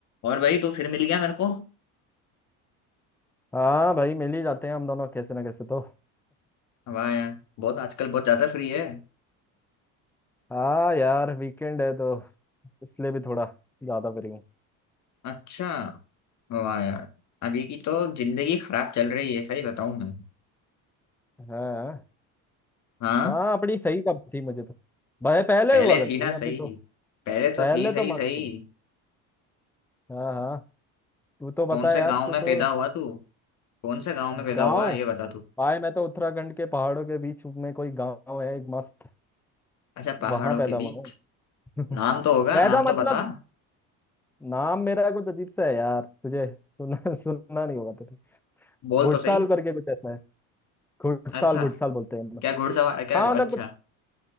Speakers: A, on the left; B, in the centre.
A: और भाई तू फिर मिल गया मेरे को
B: हाँ भाई मिल ही जाते हैं हम दोनों कैसे ना कैसे तो
A: वाह यार बहुत आजकल बहुत ज्यादा फ्री है
B: हाँ यार वीकेंड है तो इसलिए भी थोड़ा ज्यादा फ्री हूँ
A: अच्छा वाह यार अभी की तो जिंदगी खराब चल रही है सही बताऊं मैं
B: हाँ
A: हाँ
B: हाँ अपनी सही कब थी मुझे तो भाई पहले
A: पहले
B: हुआ करती
A: थी ना
B: है
A: सही
B: अभी तो
A: पहले तो
B: पहले
A: थी सही
B: तो मस्त
A: सही
B: थी हाँ हाँ तू तो बता
A: कौन
B: यार
A: से गांव
B: तू
A: में
B: तो
A: पैदा हुआ तू कौन से गांव में पैदा
B: गाँव
A: हुआ ये बता तू
B: भाई मैं तो उत्तराखंड के पहाड़ों के बीच में कोई गाँव है एक मस्त
A: अच्छा पहाड़ों
B: वहां पैदा
A: के
B: हुआ
A: बीच
B: हूँ
A: नाम
B: <laughs>
A: तो होगा
B: पैदा
A: नाम
B: मतलब
A: तो बता
B: नाम मेरा कुछ अजीब सा है यार तुझे सुनना सुनना नहीं होगा तुझे
A: बोल
B: घुड़साल
A: तो सही
B: करके कुछ ऐसा है घुड़साल
A: अच्छा
B: घुड़साल बोलते हैं हम
A: क्या घुड़सवार क्या
B: हाँ मतलब
A: अच्छा